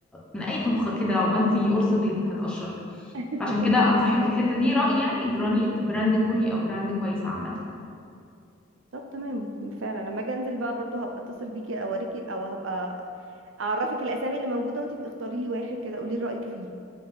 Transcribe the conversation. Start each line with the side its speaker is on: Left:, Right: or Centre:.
Centre: من اي طبخة كده عملتي قرص بيض هتقشر
Right: <laughs>
Centre: فعشان كده انصحك
Right: ايوه
Centre: في الحتة دي رأيي يعني جرانيت براند كوري او براند كويس عامة
Right: طب تمام فعلا لما اجي انزل بقى برضو هبقى اتصل بيكي اوريكي او هبقى اعرفك الاسامي اللي موجودة وانت اختاري لي واحد كده قولي رأيك فيه